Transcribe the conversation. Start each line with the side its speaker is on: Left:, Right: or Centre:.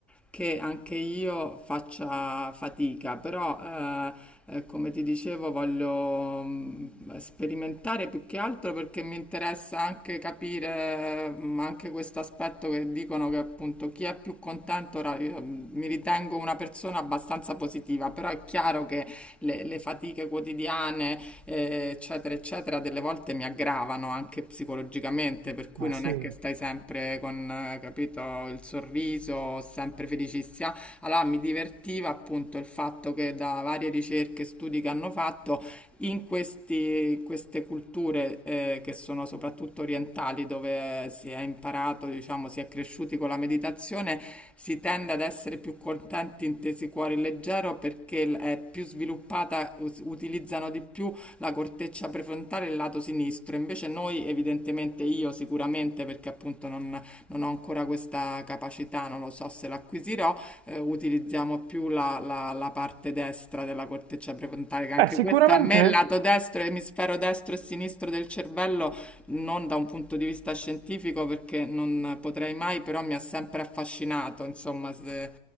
Centre: che anche io faccia fatica, però eh, eh, come ti dicevo voglio mh, sperimentare più che altro perché mi interessa anche capire mh, anche questo aspetto che dicono che appunto chi è più contento, ora io mh, mi ritengo una persona abbastanza positiva, però è chiaro che le le fatiche quotidiane eh, eccetera, eccetera, delle volte mi aggravano anche psicologicamente, per cui
Right: ma
Centre: non
Right: sì.
Centre: è che stai sempre con, eh, capito, il sorriso, sempre felicissima. Allora mi divertiva appunto il fatto che da varie ricerche e studi che hanno fatto in questi- queste culture eh, che sono soprattutto orientali, dove si è imparato, diciamo, si è cresciuti con la meditazione, si tende ad essere più contenti, intesi cuore leggero, perché l- è più sviluppata, us- utilizzano di più la corteccia prefrontale e il lato sinistro. Invece noi, evidentemente io sicuramente, perché appunto non, non ho ancora questa capacità, non lo so se l'acquisirò, eh, utilizziamo più la, la- la parte destra della corteccia prefrontale, che anche
Right: Beh, sicuramente
Centre: questa a me il lato destro, emisfero destro e sinistro del cervello, non da un punto di vista scientifico, perché non potrei mai, però mi ha sempre affascinato, insomma, se,